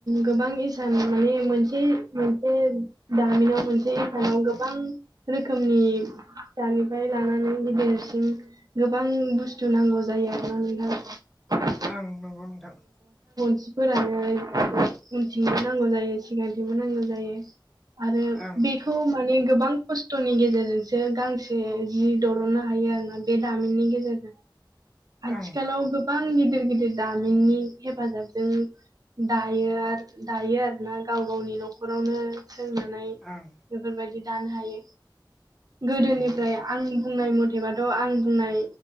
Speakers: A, on the right (about 50°); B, in the centre.
A: गोबां इसाम माने मोनसे मोनसे दा जमिनाव मोनसे एकाव गोबां रोखोमनि दानिफ्राय लानानै गिदिरसिम गोबां बुस्थु नांगौ जायो आरोना नोंथां।
B: आं नंगौ नोंथां।
A: मानसिफोरानो उनथिंबो नांगौ जायो, सिगांथिबो नांगौ जायो आरो
B: ओं
A: बेखौ माने गोबां खस्थ'नि गेजेरजोंसो गांसे जि दर'ननो हायो आरोना बे दामिननि गेजेर जों। आथिखालाव
B: ओं
A: गोबां गिदिर गिदिर दामिननि हेफाजाबजों दायो आरो दायो आरोना गाव गावनि न'खराव नो सोंनानै
B: ओं
A: बेफोरबायदि दानो हायो। गोदोनिफ्राय
B: नंगौ नोंथां
A: आं बुंनाय म थेबाथ' आं बुंनाय